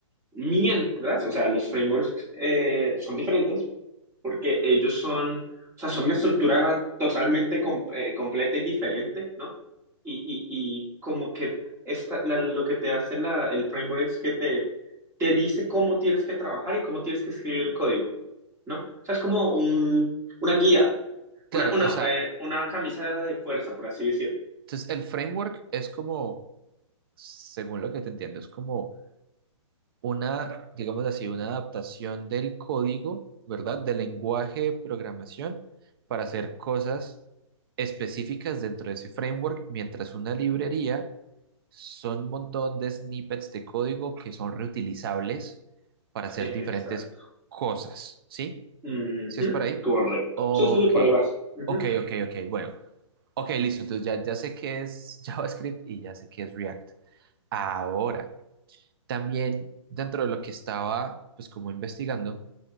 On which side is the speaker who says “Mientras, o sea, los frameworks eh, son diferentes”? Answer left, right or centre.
Right